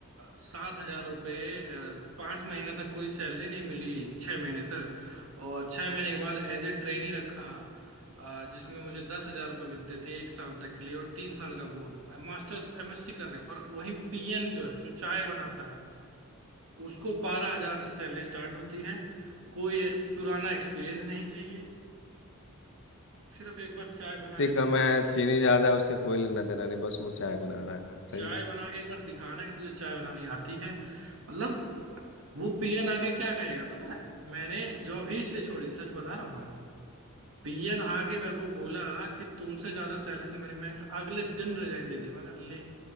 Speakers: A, on the right; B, on the left.
A: सात हजार रुपये पाँच महीने तक कोई सैलरी नहीं मिली छः महीने तक और छः महीने के बाद एज ए ट्रेनी रखा अ, जिसमें मुझे दस हजार रुपये मिलते थे एक साल तक के लिए और तीन साल का बोन मास्टर्स एमएससी करने और वहीं पीएन जो है जो चाय बनाता है उसको बारह हजार से सैलरी स्टार्ट होती है कोई पुराना एक्सपीरियंस नहीं चाहिए सिर्फ एक बार चाय
B: इतनी
A: बना कर
B: कम
A: दिखा
B: है
A: देना
B: चीनी ज्यादा है उससे कोई लेना देना नहीं बस वो चाय बना रहा है हाँ,
A: चाय
B: सही
A: बना के एक बार दिखाना कि तुझे चाय बनानी आती है मतलब वो पीएन आके क्या कहेगा पता है मैंने जॉब ही इसलिए छोड़ी थी सच बता रहा हूँ मैं पीएन आके मेरे को बोला कि तुमसे ज्यादा सैलरी तो मेरी मैं अगले दिन रिजाइन दे दिया मैं कहा, ले